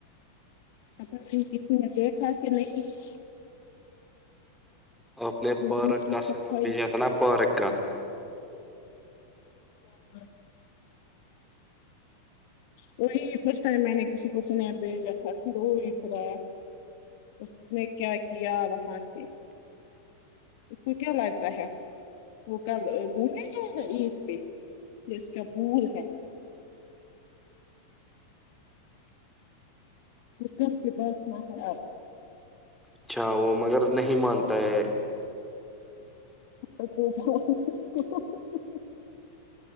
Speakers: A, on the left; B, in the centre.
A: ا کسی نے دیکھا کہ نہیں <unintelligible>
B: ا اپنی
A: میں نے
B: پارک
A: روم کی
B: کا
A: صفائی
B: س جس
A: کی
B: نا پارک کا
A: ہ <unintelligible> وہی فرسٹ ٹائم میں نے کسی کو سنایا بھیجا تھا پھروی خرا اس نے کیا کیا وہاں سے اس کو کیا لگتا ہے وہ کل گھومنے جائے گا عید پہ یہ اس کا بھول ہے کتا کے پاس ہے آپ <unintelligible>
B: اچھا وہ مگر نہیں مانتا ہے
A: آ تو <unintelligible>